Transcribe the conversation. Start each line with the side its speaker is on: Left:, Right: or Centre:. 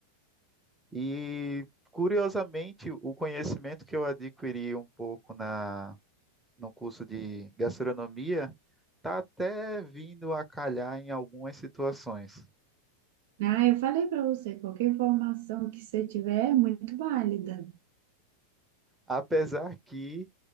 Centre: E, curiosamente, o conhecimento que eu adquiri um pouco na no curso de gastronomia está até vindo a calhar em algumas situações.
Right: Ah, eu falei para você, qualquer informação que você tiver é muito válida.
Centre: Apesar que